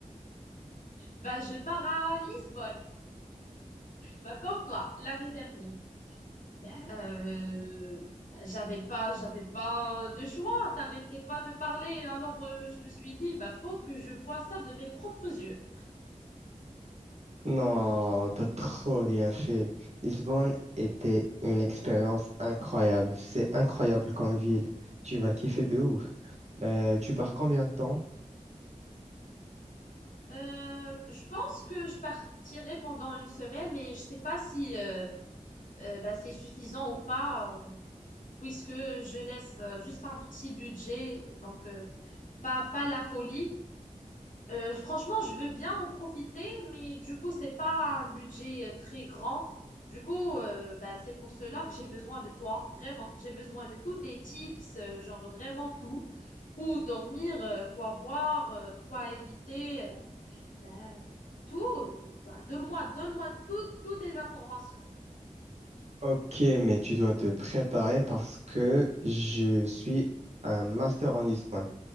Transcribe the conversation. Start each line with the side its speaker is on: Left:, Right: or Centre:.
Left: Ben, je pars à Lisbonne. Ben, comme toi, l'année dernière. Ben, euh, ben, j'avais pas, j'avais pas de choix. T'arrêtais pas de parler. Alors, euh, je me suis dit, ben, faut que je vois ça de mes propres yeux.
Right: Non, t'as trop bien fait. Lisbonne était une expérience incroyable. C'est incroyable comme ville. Tu vas kiffer de ouf. Euh, tu pars combien de temps?
Left: Euh, je pense que je partirai pendant une semaine, mais je sais pas si euh, euh, bah, c'est suffisant ou pas, euh, puisque je laisse euh, juste un petit budget, donc euh, pas, pas la folie. Euh, franchement, je veux bien en profiter, mais du coup, c'est pas un budget euh, très grand. Du coup, euh, bah, c'est pour cela que j'ai besoin de toi, vraiment. J'ai besoin de tous tes tips, euh, genre vraiment tout. Où dormir, euh, quoi voir, euh, quoi éviter. euh, ben, tout, euh, bah, donne-moi, donne-moi toutes, toutes les informations.
Right: Ok, mais tu dois te préparer parce que je suis un master en Lisbonne.